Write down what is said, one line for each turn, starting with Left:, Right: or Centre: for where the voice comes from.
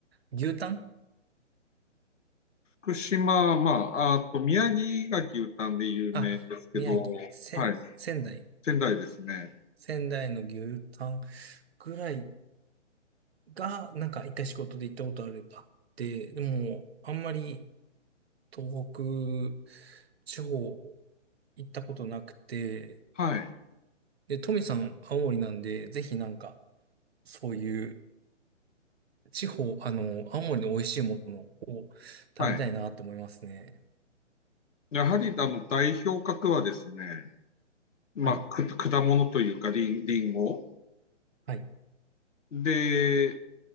Right: 牛タン
Left: 福島、まあ、あと、宮城牡蠣たんで有名ですけど、
Right: あ、宮城、仙、
Left: はい、
Right: 仙台。
Left: 仙台ですね。
Right: 仙台の牛タンぐらいが、なんか一回仕事で行ったことある、あって、でも、あんまり東北地方行ったことなくて、
Left: はい、
Right: で、トミさん、青森なんで、ぜひなんか、そういう地方、あの、青森の美味しいものを食べたいなと思いますね。
Left: はい。やはり、あの、代表格はですね、まあ、
Right: はい。
Left: く果物というか、リンリンゴ
Right: はい。
Left: で、